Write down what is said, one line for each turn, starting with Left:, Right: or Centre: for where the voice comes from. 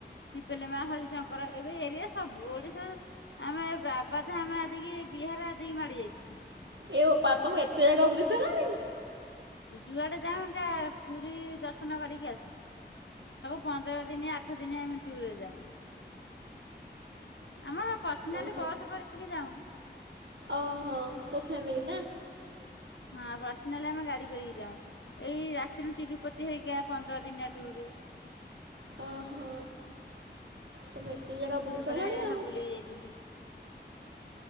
Left: ଶିପିଲି ମା। ହରିଶଙ୍କର ଏବେ ଏରିଆ ସବୁ ଓଡ଼ିଶା <unintelligible> ବିହାର ଆଦି କି ମାଡି ଯାଇଛୁ।
Right: ଏ ବୋପା ତମେ ଏତେ ଜାଗା ବୁଲି ସାରିଲାଣି!
Left: ଯୁଆଡ଼େ ଯାଉ ଏକା ପୁରୀ ଦର୍ଶନ କରିକି ଆସୁ। ସବୁ ପନ୍ଦର ଦିନ ଆଠ ଦିନ ଆମେ ଟୁରେ ଯାଉ। ଆମର ପର୍ସନାଲି
Right: ତମେ
Left: ବସ୍ କରିକି ଯାଉ।
Right: ଓହୋଃ ସବୁ ଫ୍ୟାମିଲି ନା?
Left: ହଁ ପର୍ସାନାଲି ଆମେ ଗାଡ଼ି କରିକି ଯାଉ ଏଇ ଆସିଥିଲୁ ତିରୁପତି ହେରିକା ପନ୍ଦର ଦିନିଆ ଟୁର୍ ରେ
Right: ଓହୋ ତମେ ଏତେ ଜାଗା ବୁଲି
Left: ଏପଟେ
Right: ସାଇଲଣି ଆଉ।
Left: <unintelligible>